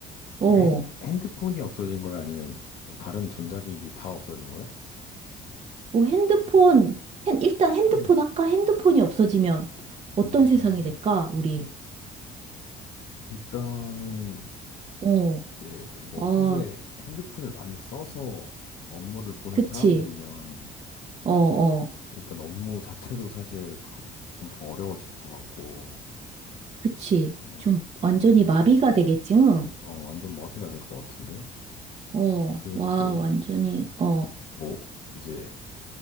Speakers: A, on the right; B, on the left.
A: 어,
B: 이게 핸, 핸드폰이 없어진 거야? 아니면 뭐 다른 전자기기 다 없어진 거야?
A: 뭐 핸드폰, 핸, 일단 핸드폰
B: <clears throat>
A: 아까 핸드폰이 없어지면 어떤
B: 음,
A: 세상이 될까? 우리,
B: 일단은
A: 어,
B: 이제 뭐
A: 아,
B: 평소에 핸드폰을 많이 써서 업무를 보는
A: 그치.
B: 사람들이면
A: 어, 어.
B: 일단 업무 자체도 사실 그- 엄청 어려워질 것 같고,
A: 그치.
B: 어,
A: 좀 완전히 마비가 되겠지, 응?
B: 완, 어, 완전 마비가 될 것 같은데?
A: 어,
B: 그리고
A: 와,
B: 또
A: 완전히, 어,
B: 뭐 이제